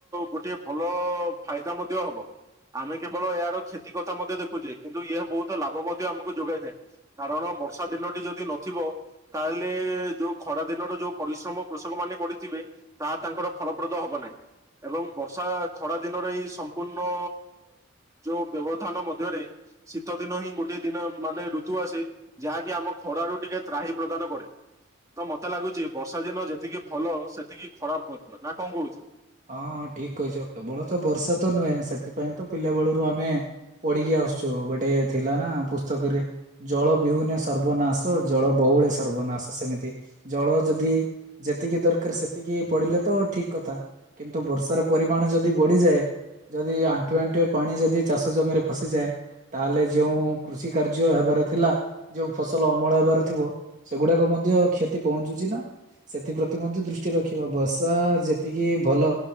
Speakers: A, on the right; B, on the right.
A: ଗୋଟେ ଭଲ ଫାଇଦା ମଧ୍ୟ ହବ। ଆମେ କେବଳ ଏହାର କ୍ଷତି କଥା ମଧ୍ୟ ଦେଖୁଛେ କିନ୍ତୁ ଏହା ବହୁତ୍ ଲାଭ ମଧ୍ୟ ଆମକୁ ଯୋଗାଇଥାଏ। କାରଣ ବର୍ଷା ଦିନଟି ଯଦି ନଥିବ ତାହେଲେ ଯୋଉ ଖରା ଦିନର ଯୋଉ ପରିଶ୍ରମ କୃଷକ ମାନେ କରିଥିବେ ତାହା ତାଙ୍କର ଫଳପ୍ରଦ ହବ ନାହିଁ ଏବଂ ବର୍ଷା ଥଡା ଦିନରେ ଏଇ ସମ୍ପୂର୍ଣ୍ଣ ଯୋଉ ବ୍ୟବଧାନ ମଧ୍ୟରେ ଶୀତ ଦିନ ହିଁ ଗୋଟେ ଦିନ ମାନେ ଋତୁ ଆସେ ଯାହାକି ଆମ ଖରାରୁ ଟିକେ ତ୍ରାହି ପ୍ରଦାନ କରେ। ତ ମୋତେ ଲାଗୁଛି ବର୍ଷା ଦିନ ଯେତିକି ଭଲ ସେତିକି ଖରାପ ପଡିବ ନା କଣ କହୁଛ?
B: ହଁ ହଁ ଠିକ କହିଛ କେବଳ ତ ବର୍ଷା ତ ନୁହେଁ ସେଥିପାଇଁ ତ ପିଲା ବେଳରୁ ଆମେ ପଢିକି ଆସୁଛୁ ଗୋଟେ ଥିଲା ନା ପୁସ୍ତକରେ ଜଳ ବିହୁନେ ସର୍ବନାଶ, ଜଳ ବହୁଳ ସର୍ବନାଶ। ସେମିତି ଜଳ ଯଦି ଯେତିକି ଦରକାର ସେତିକି ପଡ଼ିଲେ ତ ଠିକ କଥା। କିନ୍ତୁ ବର୍ଷାର ପରିମାଣ ଯଦି ବଢିଯାଏ ଯଦି ଆଣ୍ଠୁଏ ଆଣ୍ଠୁଏ ପାଣି ଯଦି ଚାଷ ଜମିରେ ଫସିଯାଏ ତାହେଲେ ଯେଉଁ କୃଷି କାର୍ଯ୍ୟ ହେବାର ଥିଲା ଯୋଉ ଫସଲ ଅମଳ ହେବାର ଥିବ ସେଗୁଡାକ ମଧ୍ୟ କ୍ଷତି ପହଞ୍ଚୁଛି ନା। ସେଥିପ୍ରତି ମଧ୍ୟ ଦୃଷ୍ଟି ରଖିବା। ବର୍ଷା ଯେତିକି ଭଲ,